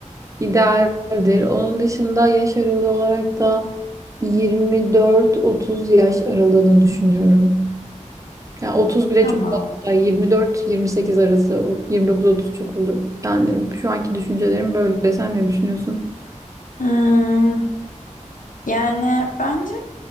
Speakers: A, on the right; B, on the left.
A: idealdir. Onun dışında yaş aralığı olarak da 24-30 yaş aralığını düşünüyorum. Yani 30 bile
B: tamam.
A: çok fazla. 24-28 arası, 29-30 çok olur. Yani şu anki düşüncelerim böyle. Sen ne düşünüyorsun?
B: Hmm, yani bence